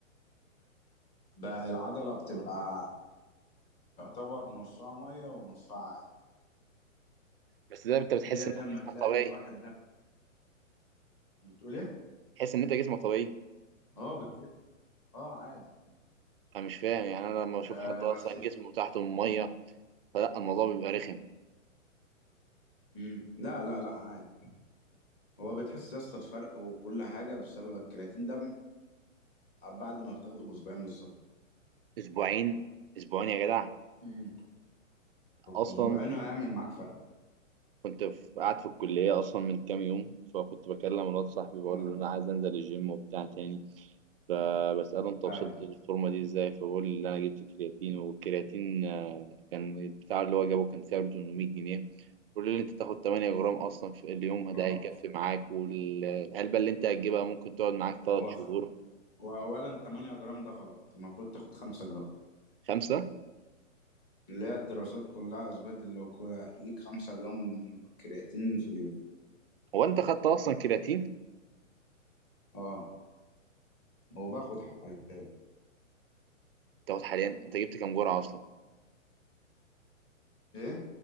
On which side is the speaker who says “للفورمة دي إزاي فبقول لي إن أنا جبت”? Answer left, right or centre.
Right